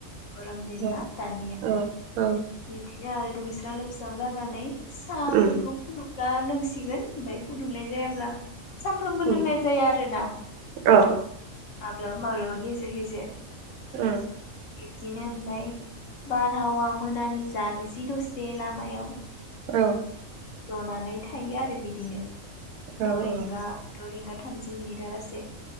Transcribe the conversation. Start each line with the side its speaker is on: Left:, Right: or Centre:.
Left: गरम दिन
Right: औ
Left: ना दानिया
Right: औ औ
Left: बिदि नो आरो दुगैस्रां लोबस्रां जानानै साहाफोरखौ
Right: उम
Left: फुदुं ना नोंसि सिगोन ओमफाय फुदुंनाय जायाब्ला सानफ्रामबो
Right: उम
Left: लोंनाय जाया आरोना
Right: औ
Left: माब्लाबा माब्लाबा गेजेर गेजेर
Right: उम
Left: बिब्दिनो ओमलाय बारहावा मोनानि जानिसै दसे लामायाव
Right: औ
Left: जनानै था थायो आरो बिदिनो
Right: औ
Left: द' रिंगा द रिंगा थामजि मिनिदा लासे